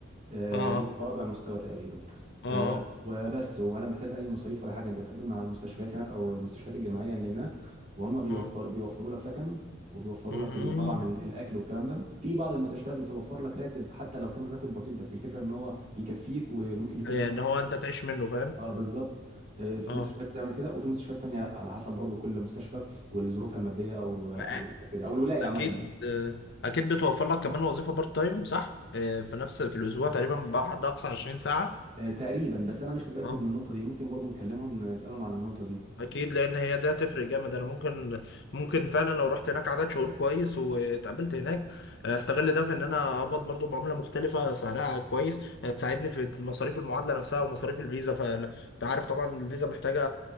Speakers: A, on the right (about 40°); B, on the left (about 55°).
A: آه،
B: اه
A: اللي هو رابع مستوى تقريبا
B: اه
A: آه، وبس ولا محتاجه اي مصاريف ولا حاجه انت بتقدم على المستشفيات هناك او المستشفيات الجامعيه اللي هناك وهم بيوفر
B: اه
A: بيوفروا لك سكن وبيوفروا
B: مم.
A: لك ال- طبعا ال- الاكل والكلام ده في بعض المستشفيات بتوفر لك راتب حتى لو كان راتب بسيط بس الفكره ان هو يكفيك وممكن يفيد
B: آه،
A: منه
B: ان هو انت تعيش منه فاهم
A: اه بالظبط آه، في
B: اه
A: مستشفيات بتعمل كده وفي مستشفيات تانية لا على حسب برضو كل مستشفى وظروفها المادية او او
B: أ-
A: او كده او الولاية
B: اكيد
A: عامة
B: آه، اكيد بتوفر لك كمان وظيفه بارت تايم صح آه، في نفس في الاسبوع تقريبا بقى حد اقصى 20 ساعه
A: آه، تقريبا بس انا مش متأكد
B: اه
A: من النقطة دي ممكن برضو نكلمهم نسألهم عن النقطة دي
B: اكيد لان هي ده هتفرق جامد انا ممكن ممكن فعلا لو رحت هناك عدد شهور كويس واتقابلت هناك استغل ده في ان انا اقبض برضو بعمله مختلفه سعرها كويس تساعدني في مصاريف المعادله نفسها ومصاريف الفيزا فانت عارف طبعا الفيزا محتاجه